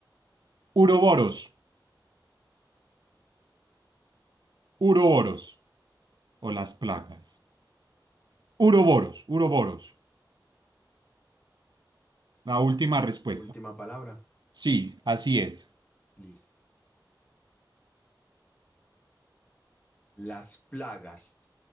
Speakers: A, on the right; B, on the left.
A: Uroboros, uroboros o las plagas. Uroboros, uroboros. La última respuesta.
B: Última palabra.
A: Sí, así es.
B: Liz. Las plagas.